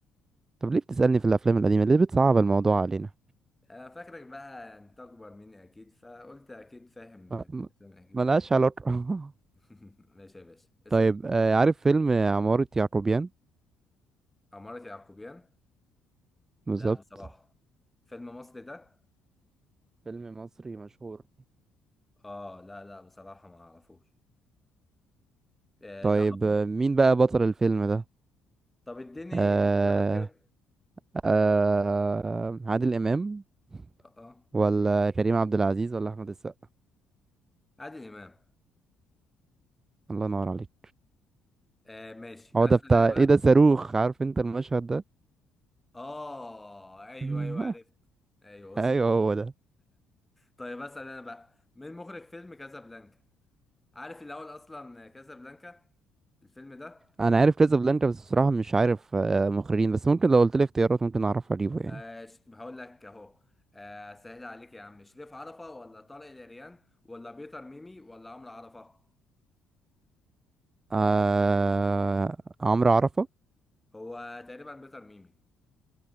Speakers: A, on the right; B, in the centre.
A: طب ليه بتسألني في الأفلام القديمة؟ ليه بتصعب الموضوع علينا؟
B: آه، فاكرك بقى انت اكبر مني اكيد فقلت اكيد فاهم
A: ما-
B: الافلام
A: ما-
B: الاجنبي
A: ملهاش علاقة <laughs>
B: <laughs> ماشي يا باشا اسال
A: طيب آه عارف فيلم عمارة يعقوبيان؟
B: عمارة يعقوبيان
A: بالظبط
B: لا بصراحه فيلم مصري ده
A: فيلم مصري مشهور
B: اه لا لا بصراحه ما اعرفوش آه
A: طيب
B: تعرفه
A: آه، مين بقى بطل الفيلم ده؟
B: طب اديني
A: آه
B: اختيارات كده
A: آه عادل إمام
B: اه آه.
A: ولا كريم عبد العزيز ولا أحمد السقا؟
B: عادل امام
A: الله ينور عليك
B: آه ماشي
A: هو
B: اسال
A: ده بتاع
B: انا بقى
A: ايه ده صاروخ عارف انت المشهد ده
B: اه ايوه
A: <laughs>
B: ايوه عرفت ايوه وصل
A: ايوه
B: <laughs>
A: هو ده
B: طيب اسال انا بقى مين مخرج فيلم كازابلانكا عارف الاول اصلا كازابلانكا الفيلم ده
A: انا عارف كازابلانكا بس بصراحه مش عارف آه، مخرجين بس ممكن لو قلت لي اختيارات ممكن اعرف اجيبه يعني
B: آه ش- هقول لك اهو آه سهل عليك يا عم شريف عرفة ولا طارق العريان ولا بيتر ميمي ولا عمرو عرفة
A: آه... عمرو عرفه
B: هو تقريبا بيتر ميمي